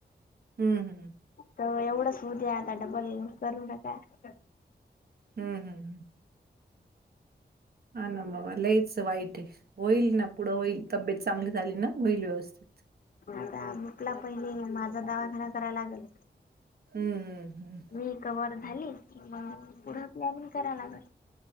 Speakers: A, on the right (about 60°); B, on the left (about 50°).
A: हं, हं,
B: तवा एवढंच होऊ द्या, आता डबल करू नका. का?
A: हम् हम् हम. हा ना बाबा, लईच वाईट आहे. होईल ना पुढं होईल, तब्येत चांगली झाली ना होईल व्यवस्थित.
B: आता बुकला पहिले, माझा दवाखाना करायला लागल.
A: हम्म हम्म हम्.
B: मी कव्हर झाली, कि मग पुढे प्लॅनिंग कराय लागल.